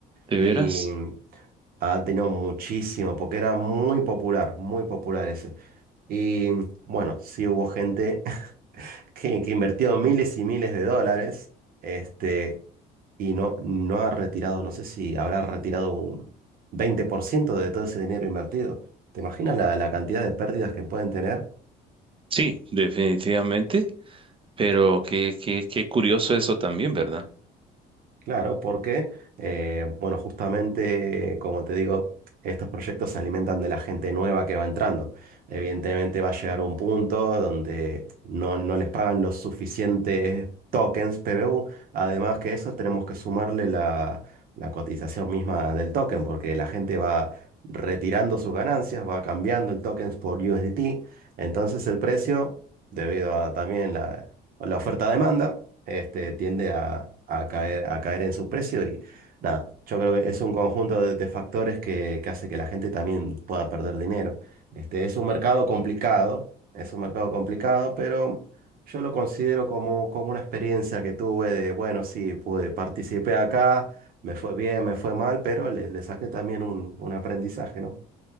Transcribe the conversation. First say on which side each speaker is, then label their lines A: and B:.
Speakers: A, on the right; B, on the right.
A: veras?
B: Y ha tenido muchísimo, porque era muy popular, muy popular ese. Y bueno, sí hubo gente <laughs> que, que invirtió miles y miles de dólares, este, y no, no ha retirado, no sé si habrá retirado un 20% de todo ese dinero invertido. ¿Te imaginas la, la cantidad de pérdidas que pueden tener?
A: Sí, definitivamente, pero qué, qué, qué curioso eso también, ¿verdad?
B: Claro, porque, eh, bueno, justamente, como te digo, estos proyectos se alimentan de la gente nueva que va entrando. Evidentemente va a llegar un punto donde no, no les pagan los suficientes tokens PBU. Además que eso, tenemos que sumarle la, la cotización misma del token, porque la gente va retirando sus ganancias, va cambiando el token por USDT. Entonces el precio, debido a también la, la oferta-demanda, este, tiende a, a caer, a caer en su precio y nada, yo creo que es un conjunto de, de factores que, que hace que la gente también pueda perder dinero. Este, es un mercado complicado, es un mercado complicado, pero yo lo considero como, como una experiencia que tuve de, bueno, sí, pude, participé acá, me fue bien, me fue mal, pero le, le saqué también un, un aprendizaje, ¿no?